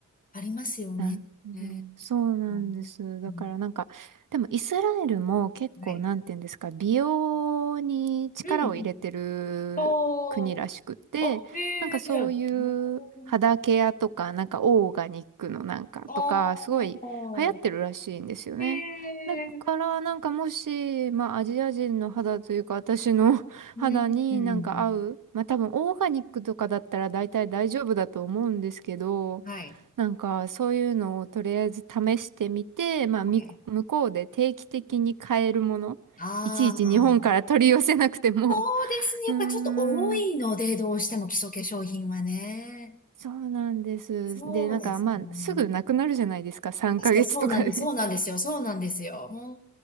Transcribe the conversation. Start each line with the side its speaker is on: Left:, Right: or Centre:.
Left: ありますよね。
Right: なるほど。
Left: ね
Right: そうなんです。
Left: うんうん
Right: だからなんか、でもイスラエルも結構なんていうんですか、
Left: はい。
Right: 美容に力を入れてる国らしくて、
Left: うん。おー、あ、へえ、
Right: なんかそうい
Left: じゃあ、おー、
Right: う肌ケアとか、なんかオーガニックのなんかとか、
Left: あー、
Right: すごい流行ってるらしいんですよね。
Left: へえ、
Right: だからなんかもし、まあアジア人の肌というか私の <laughs>
Left: うん。
Right: 肌になんか合う、
Left: うん
Right: まあ多分オーガニックとかだったら大体大丈夫だと思うんですけど、
Left: はい。
Right: なんか、そういうのをとりあえず試してみて、まあ、み、
Left: はい
Right: 向こうで定期的に買えるもの、
Left: ああー、
Right: いちいち日本から取り寄せなくても、
Left: そうですね。
Right: <laughs> うーん、
Left: やっぱちょっと重いので、どうしても基礎化粧品はね。
Right: そうなんです。
Left: そうですね。
Right: で、なんか、まあ、すぐなくなるじゃないですか、3ヶ月とかで。
Left: あそう、そうなんです。そうなんですよ。そうなんですよ。